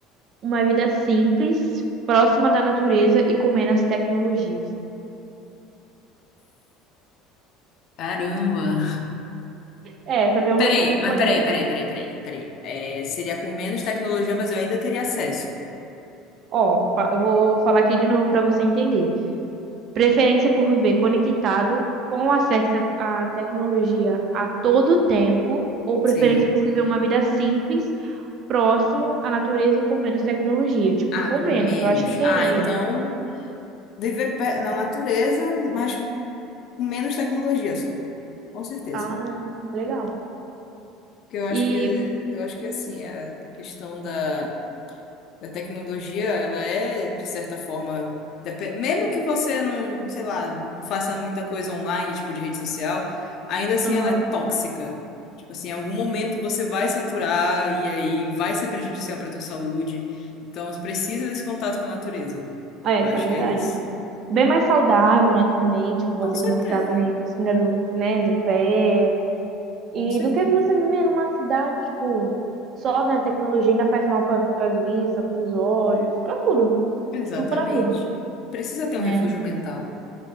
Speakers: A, on the right; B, on the left.
A: uma vida simples, próxima da natureza e comer nas tecnologias?
B: Caramba.
A: É, essa pergunta
B: Peraí,
A: é um pouquinho polêmica.
B: mas peraí, peraí, peraí, peraí, peraí. É, seria com menos tecnologia, mas eu ainda teria acesso.
A: Ó, fa- eu vou falar aqui de novo para você entender. Preferência por viver conectado com acesso à à tecnologia a todo tempo, ou preferência
B: Sim.
A: por viver Sim. uma vida simples, próximo à natureza e com menos tecnologia? Tipo,
B: Ah,
A: com
B: com
A: menos,
B: menos.
A: eu acho que teria.
B: Ah, então. Viver pe- na natureza, mas com menos tecnologia só. Com certeza.
A: Ah, legal.
B: Porque eu acho
A: E,
B: que eu acho que assim, a, a questão da, da tecnologia, ela é, de certa forma, depe- mesmo que você não, sei lá, não faça muita coisa online, tipo de rede social, ainda assim
A: aham.
B: ela é tóxica. Tipo assim, em algum momento você vai saturar e aí vai ser prejudicial para tua saúde. Então, você precisa desse contato com a natureza.
A: Ah, é,
B: Eu
A: isso
B: acho
A: é verdade.
B: que é isso.
A: Bem mais saudável, né, também, tipo, você
B: Com certeza,
A: conectar com a comida do, né, do pé,
B: com
A: E
B: certeza.
A: do que você viver numa cidade, tipo, só, né, tecnologia ainda faz mal para as vistas, para os olhos, para tudo.
B: Exatamente.
A: Tipo, para tudo,
B: Precisa ter
A: né?
B: um refúgio mental.